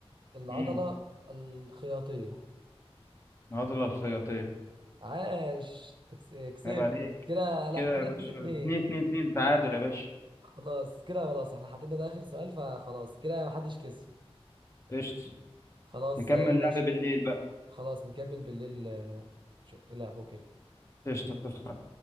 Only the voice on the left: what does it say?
مم.
العضلة الخياطية
عيب عليك
كده
يا باشا
اتنين اتنين اتنين تعادل يا باشا
قشطة
نكمل
لعب بالليل بقى
قشطة اتفقنا